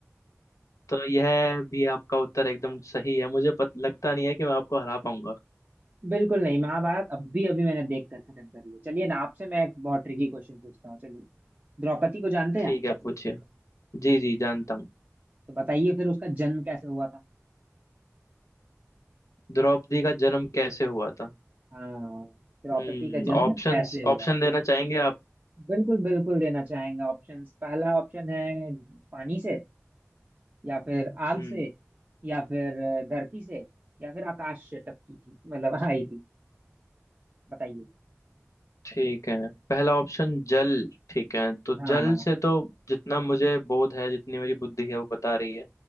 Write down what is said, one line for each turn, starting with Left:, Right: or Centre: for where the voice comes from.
Left: तो यह भी आपका उत्तर एकदम सही है मुझे पत, लगता नहीं है कि मैं आपको हरा पाऊंगा
Right: बिल्कुल नहीं महाभारत अब भी अभी मैंने देख कर खत्म कर लिया चलिए ना आपसे मैं एक बहुत ट्रिकी क्वेश्चन पूछता हूँ चलिए द्रौपदी को जानते
Left: ठीक
Right: हैं आप
Left: है पूछिए जी जी जानता हूँ
Right: तो बताइए फिर उसका जन्म कैसे हुआ था
Left: द्रौपदी का जन्म कैसे हुआ था
Right: हाँ द्रौपदी
Left: हम्म
Right: का जन्म
Left: ऑप्शंस
Right: कैसे हुआ
Left: ऑप्शन
Right: था
Left: देना चाहेंगे आप
Right: बिल्कुल बिल्कुल देना चाहेंगे ऑप्शंस पहला ऑप्शन है पानी से या फिर आग
Left: हम्म
Right: से या फिर अ, धरती से या फिर आकाश से टपकी थी मतलब आई थी बताइए
Left: ठीक है पहला ऑप्शन जल ठीक है तो
Right: हाँ
Left: जल से तो जितना मुझे बोध है जितनी मेरी बुद्धि है वो बता रही है